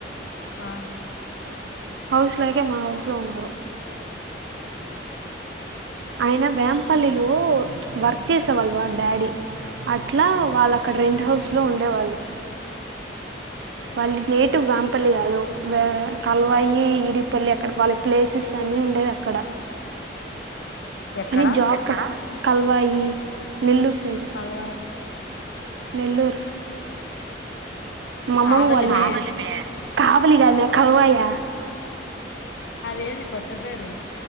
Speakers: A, on the left; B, on the right.
A: ఆ
B: హౌస్ లేకే మా హౌస్లో ఉన్నారు
A: ఆ
B: ఆయన వేంపల్లిలో వర్క్ చేసేవాళ్ళు వా డాడీ అట్లా వాళ్ళక్కడ రెంట్ హౌస్లో ఉండేవాళ్ళు
A: ఆ,
B: వాళ్ళ నేటివ్ వేంపల్లి కాదు కల్వాయి ఇడిపల్లి అక్కడ వాళ్ళ ప్లేసెస్ అని అని ఉండేదక్కడ
A: ఎక్కడ
B: కానీ జాక కల్వయి నెల్లూరు
A: కాల్వాయ్
B: నెల్లూరు మమ్మమ
A: కావలిమే
B: వాల్లూరు కావలి కాద్ మె కల్వయి
A: అదేంది కొత్త పేరు